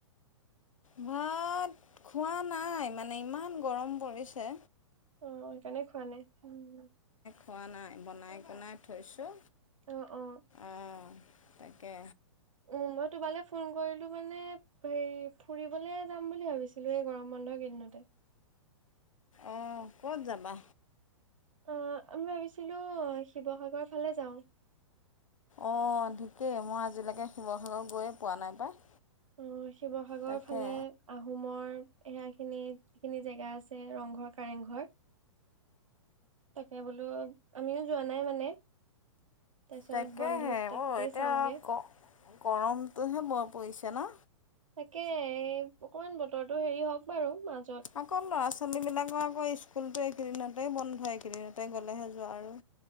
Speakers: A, on the left; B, on the right.
A: ভাত খোৱা নাই মানে ইমান গৰম পৰিছে।
B: অ' সেইকাৰণে খোৱা নাই, উম।
A: থোৱা নাই বনাই কনাই থৈছোঁ
B: অ অ।
A: অঁ তাকে।
B: উ মই তোমালৈ ফোন কৰিলো মানে হে ফুৰিবলে যাম বুলি ভাবিছিলো এই গৰমত। বন্ধ কিদিনতে।
A: অহ ক'ত যাবা?
B: অহ আমি ভাবিছিলোঁ শিৱসাগৰ ফালে যাওঁ।
A: অঁ ঠিকে মই আজিলেকে শিৱসাগৰ গৈয়ে পোৱা নাই পাই।
B: অ শিৱসাগৰ
A: তাকে
B: ফালে আহোমৰ এয়া এখিনি, যিখিনি জেগা আছে ৰংঘৰ, কাৰেংঘৰ। তাকে বোলো আমিও যোৱা নাই মানে। তাৰপিছত
A: তাকেহে
B: বন্ধত তাকোতেই
A: ব এতিয়া
B: চাওঁগে
A: গ গৰমটোহে বৰ পৰিছে ন?
B: তাকে অকমান বতৰটো হেৰি হওক বাৰু মা
A: আকৌ ল'ৰা ছোৱালী বিলাকৰ আকৌ স্কুলতো এইকেইদিনতে বন্ধ এইকেইদিন তে গ'লেহে যোৱা আৰু।